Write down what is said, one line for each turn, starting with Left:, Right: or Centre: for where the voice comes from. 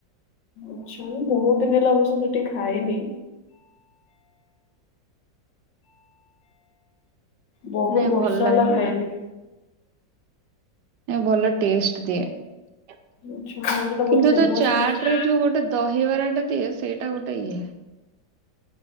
Left: ଆଛା ବହୁତ ଦିନ ହେଲା ଅବଶ୍ୟ ସେଠି ଖାଇନି। ବହୁତ
Right: ନାଇଁ
Left: ବର୍ଷ
Right: ଭଲ ଲାଗେ
Left: ହେଲା ଖାଇନି।
Right: ଏଟା ଭଲ ଟେଷ୍ଟ ଦିଏ
Left: ଆଚ୍ଛା ହଁ ସେଟା ବହୁତ
Right: କିନ୍ତୁ
Left: ଫେମସ
Right: ଯୋଉ ଚାଟ
Left: ମିଳଛି।
Right: ରେ ଯୋଉ ଗୋଟେ ଦହିବରାଟା ଦିଏ ସେଇଟା ଗୋଟେ ଇଏ।